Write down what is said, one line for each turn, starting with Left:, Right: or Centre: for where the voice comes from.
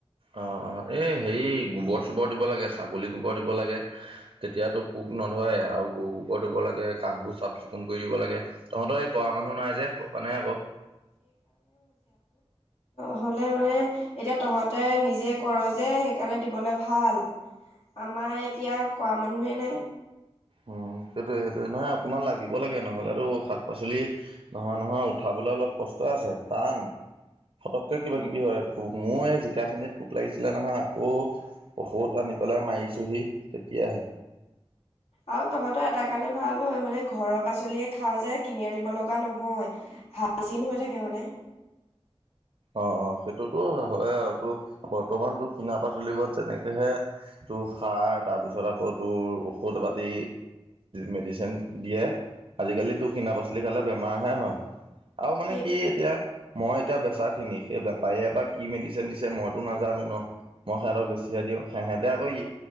Right: অ' অ' এই হেৰি গোবৰ চোবৰ দিব লাগে। ছাগলী গোবৰ দিব লাগে। তেতিয়াতো পোক নধৰে আৰু। গৰু গোবৰ দিব লাগে, কাষবোৰ চাফ চিকুণ কৰি দিব লাগে। তহঁতৰ এই কৰা মানুহ নাই যে, সেইটো কাৰণে আকৌ।
Left: হ'লে মানে এতিয়া তহঁতে নিজে কৰ যে সেইকাৰণে দিবলে ভাল। আমাৰ এতিয়া কৰা মানুহে নাই।
Right: উম, সেইটোয়ে সেইটো নহয় অকণমান লাগিব লাগে। নহ'লে আৰু শাক পাচলি নহয়- নহয় উঠাব। হ'বলৈ অলপ কষ্ট আছে। টান ফটককৈ কিবা
Left: অ।
Right: -কিবি হয়, পোক। মোৰ এই জিকা খিনিত পোক লাগিছিলে নহয়। আকৌ ঔষধ আনি পেলাই মাৰিছোহি তেতিয়া। উ।
Left: আৰু তহঁতৰ এটা কাৰণে ভাল হয় মানে। ঘৰৰ পাচলিয়ে খাও যে কিনি আনিব লগা নহয় ভাই জিন হৈ থাকে মানে।
Right: অ', অ' সেইটোতো হয় আৰু। তো বৰ্তমানতো কিনা পাচলিবোৰত যেনেকেহে তোৰ সাৰ তাৰপিছত আকৌ তোৰ ঔষধ পাতি মেডিচিন দিয়ে। আজিকালি কিনা পাচলি খালে বেমাৰহে হয়। আৰু মানে
Left: সেই
Right: কি এতিয়া মই এতিয়া বেচা খিনি সেই বেপাৰীয়ে এ বা কি মেডিচিন দিছে মইতো নাজানো ন। মই সিহঁতক বেছিহে দিওঁ। সিহঁতে আকৌ ই